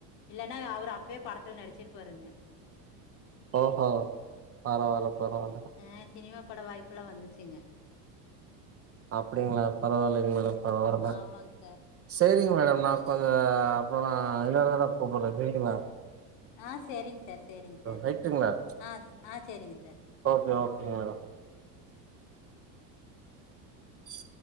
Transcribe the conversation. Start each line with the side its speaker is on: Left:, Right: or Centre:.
Left: இல்லேனா அவுரு அப்பயே படத்துல நடிச்சிருப்பாருங்க
Right: ஓ ஹோ பரவால்ல பரவால்ல
Left: ம் சினிமா புது பட வாய்ப்பெல்லா வந்துச்சுங்க
Right: அப்பிடிங்களா பரவால்லைங்க மேடம் <unintelligible>
Left: ஆமாங்க சார்
Right: செரிங் மேடம் நான் கொஞ்ச அப்பற இன்னோர் தடவ கூப்பற்றே செரிங்களா
Left: ஆ செரிங்க சார் செரிங்க சார்
Right: ரைட்டுங்களா
Left: ஆ ஆ செரிங்க சார்
Right: ஓகே ஓகேங் மேடம் மேடம்